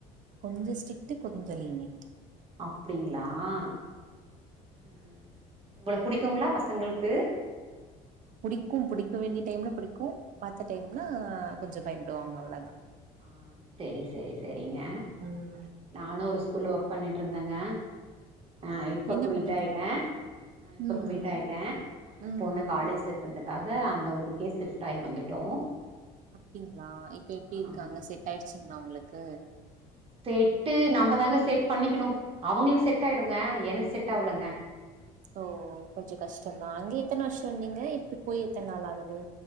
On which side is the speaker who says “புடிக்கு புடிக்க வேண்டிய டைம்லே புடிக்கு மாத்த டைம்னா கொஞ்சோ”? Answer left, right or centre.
Right